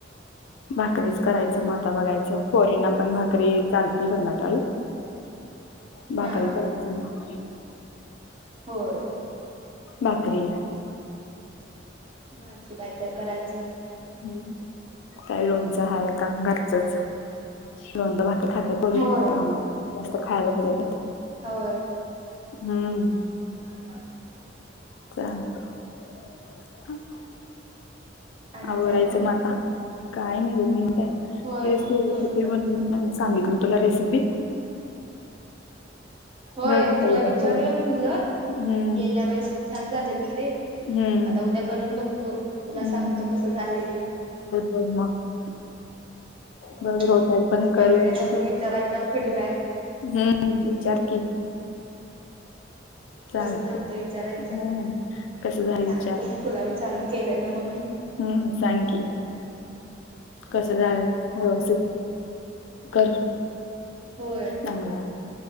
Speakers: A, on the left (about 85°); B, on the right (about 30°).
A: भाकरीचं करायचं मं आता बघायचं पोरीना पण भाकरी चालती संध्याकाळी भाकरी
B: हा
A: करायचं म्हणा
B: होंय.
A: भाकरी.
B: भाजी कायतर करायचं.
A: हम्म, काय लोनचं हायं आता घरचचं. लोनचं भाकरी खातात पोरी,
B: होय
A: मामा जास्त खायला बघत नाहीत.
B: होयं.
A: हम्म.
B: हा हा.
A: चालतयं. <inaudible>
B: आणि
A: आवरायचं
B: काय मग
A: म आतां. काय नाही बघ, निवांत हायं.
B: होय
A: तेच ते
B: सोबत
A: ते म्हटलं म्हणून सांगितली तुला रेसिपी
B: होय,
A: बघ आता
B: तुला
A: उद्या
B: विचारूया
A: करून
B: म्हटलं,
A: हम्म,
B: गेल्या वेळेस छान झालेल ते.
A: हम्म,
B: आता उद्या करून बघतो आणि तुला
A: हं.
B: सांगतो कसं झालेली.
A: <unintelligible>
B: होय,
A: बघ रोट्या पण
B: मैत्रिणींना
A: कर व्यवस्थित.
B: पण विचारायचा फीडबॅक.
A: हम्म, विचार की. चालतेयं,
B: कसं झालतं विचारायचं
A: हं. कसं झालयं
B: सांगतो
A: विचार
B: तुला विचारून केलेलं म्हणून
A: हम्म, सांग की. कसं झालं? हो तेचं कर
B: होय
A: चांगलंय,